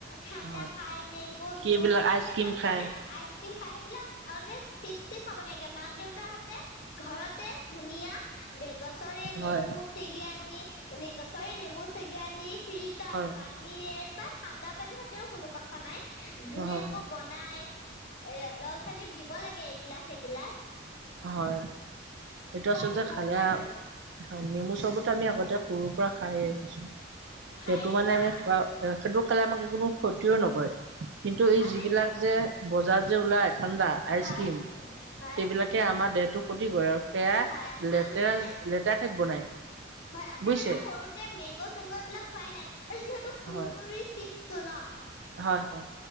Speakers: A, on the left; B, on the right.
A: ঠাণ্ডা
B: হয়
A: খাই মেংগ'
B: কি
A: জুচ
B: এইবিলাক আইচক্ৰীম
A: সেইবিলাক
B: খায়
A: মানে আইচক্ৰীম খাই সেইবিলাক আতে চিপছ টিপ খাব নাইদিয়া দেউতাহঁতে ঘৰতে ধুনীয়া দে গছৰে নেমু
B: হয়
A: চিগি আনি এনেই গছৰে নেমু চেগি আনি ফিল্টাৰ
B: হয়
A: পানীৰে বা ঠাণ্ডা পানী সৈতেও কোনো কথা নাই ধুনীয়াকৈ
B: হয়
A: বনাই এ ল'ৰা ছোৱালীক দিব লাগে এগিলাচ এগিলাচ
B: হয় এইটো
A: খোৱাতো
B: আচলতে
A: বহুতে
B: খালে
A: ভাল
B: হয় নেমু চবত আমি আগতে সৰুৰ পৰা খাই আহিছো
A: খাই
B: সেইটো
A: আহিছো
B: মানে আমি
A: আম
B: খ সেইটো খালে আমাক কোনো ক্ষতিৰও নকৰে <unintelligible> কিন্তু এই
A: আমি
B: যিবিলাক
A: হয়
B: যে বজাৰত যে ওলাই ঠাণ্ডা আইচ
A: হয়
B: ক্ৰীম
A: হয়
B: সেইবিলাক সেয়া আমাৰ দেহটো ক্ষতি কৰে আৰু সেয়া
A: হয়
B: লেতেৰা
A: আমি মানে
B: লেতেৰা ঠাইত বনাই
A: হয় আমি
B: বুজিছে
A: মানে সৰুতে মেংগ চেংগ এইবিলাক খোৱাই নাই যিহেতু কোৰ
B: হয়
A: কুৰি চিপছটো ন
B: হয় হয়